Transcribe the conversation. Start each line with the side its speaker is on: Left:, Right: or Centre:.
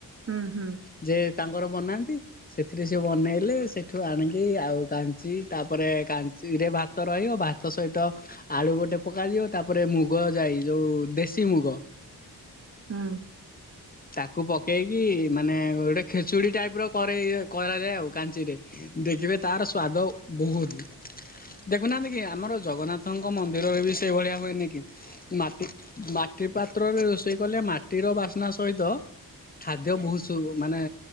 Right: ହୁଁ ହୁଁ।
Left: ଯେ ତାଙ୍କର ବନାନ୍ତି ସେଥିରେ ସେ ବନେଇଲେ ସେଠୁ ଆଣିକି ଆଉ କାଞ୍ଚି ତାପରେ କାଞ୍ଚିରେ ଭା ଭାତ ରହିବ ଭାତ ସହିତ ଆଳୁ ଗୋଟେ ପକାଯିବ ତାପରେ ମୁଗ ଜାଇ ଯୋଉ ଦେଶୀ ମୁଗ।
Right: ହୁଁ।
Left: ତାକୁ ପକେଇକି ମାନେ ଗୋଟେ ଖେଚୁଡି ଟାଇପ୍ ର କରେ କରାଯାଏ ଆଉ କାଞ୍ଚିରେ। ଦେଖିବେ ତାର ସ୍ଵାଦ ବୋହୁତ୍। ଦେଖୁନାହାନ୍ତି କି ଆମର ଜଗନ୍ନାଥଙ୍କ ମନ୍ଦିରରେ ବି ସେଇଭଳିଆ ହୁଏନି କି ମାଟି ମାଟି ପାତ୍ରରେ ରୋଷେଇ କଲେ ମାଟିର ବାସ୍ନା ସହିତ ଖାଦ୍ୟ ବହୁସୁ ମାନେ